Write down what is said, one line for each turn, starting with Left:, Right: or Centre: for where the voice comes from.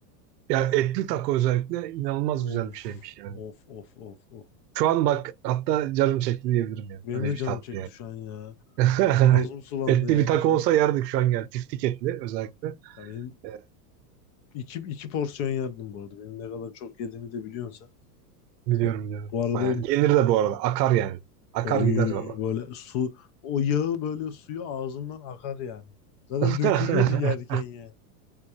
Right: yani etli taco özellikle inanılmaz
Left: Of,
Right: güzel bir şeymiş yani.
Left: of, of, of, of.
Right: Şu an bak hatta canım çekti diyebilirim yani.
Left: Benim
Right: Öyle
Left: de
Right: bir
Left: canım
Right: tatlı
Left: çekti
Right: yani.
Left: şu an ya.
Right: <laughs>
Left: Ağzım sulandı
Right: Etli
Left: yani
Right: bir taco
Left: şu
Right: olsa
Left: an.
Right: yerdik şu an yani. Tiftik etli özellikle.
Left: Ya benim
Right: E,
Left: İki, iki porsiyon yerdim bu arada. Benim ne kadar çok yediğimi de biliyorsun sen.
Right: biliyorum
Left: Ben
Right: diyorum.
Left: Bu arada
Right: Bayağı. Yenir de bu arada. Akar yani. Akar
Left: oy
Right: gider baba.
Left: böyle su o yağı böyle suyu ağzımdan akar yani. Zaten
Right: <laughs>
Left: dökülüyordu yerken yani.